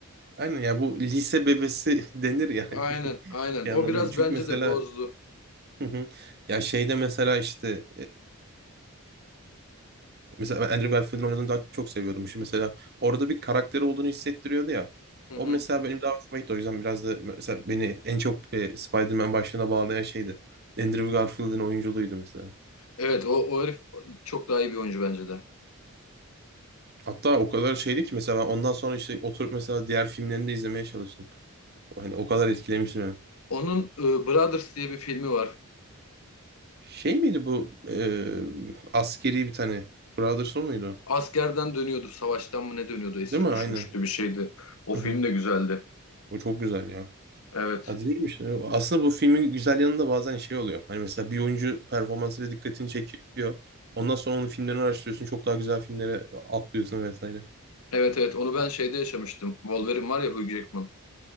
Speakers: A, on the right; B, on the left.
A: Aynen ya bu lise bebesi <laughs> denir
B: <laughs>
A: yani.
B: Aynen,
A: <laughs>
B: aynen.
A: Bir
B: O
A: anlamda.
B: biraz
A: Çünkü
B: bence
A: mesela
B: de bozdu.
A: <laughs> hı hı. ya şeyde mesela işte Mesela ben Andrew Garfield'in oynadığını daha çok seviyordum. Şimdi mesela orada bir karakteri olduğunu hissettiriyordu ya.
B: Hı
A: O
B: hı.
A: mesela benim daha hoşuma gitti. O yüzden biraz da mesela beni en çok e, Spider-Man başlığına bağlayan şeydi. Andrew Garfield'in oyunculuğuydu mesela.
B: Evet, o, o herif çok daha iyi bir oyuncu bence de.
A: Hatta o kadar şeydi ki mesela ben ondan sonra işte oturup mesela diğer filmlerini de izlemeye çalıştım. Hani o kadar etkilemişti beni.
B: Onun e, Brothers diye bir filmi var.
A: Şey miydi bu e, askeri bir tane Brothers o muydu?
B: Askerden dönüyordu, savaştan mı ne dönüyordu, esir
A: Değil mi? Aynen.
B: düşmüştü bir şeydi. O film
A: Hı hı.
B: de güzeldi.
A: O çok güzel ya.
B: Evet.
A: Hadi diyorum işte. Aslında bu filmin güzel yanında bazen şey oluyor. Hani mesela bir oyuncu performansıyla dikkatini çekiyor. Ondan sonra onun filmlerini araştırıyorsun. Çok daha güzel filmlere atlıyorsun vesaire.
B: Evet evet onu ben şeyde yaşamıştım. Wolverine var ya Hugh Jackman.